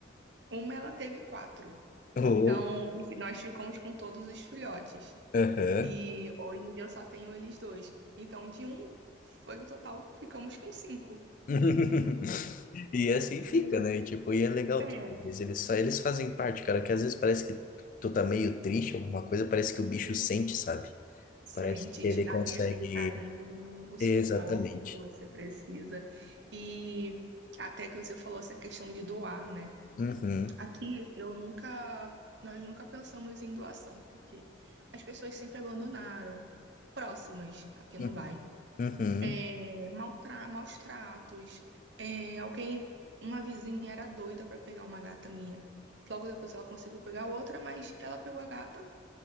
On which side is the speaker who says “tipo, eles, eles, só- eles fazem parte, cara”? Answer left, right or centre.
Left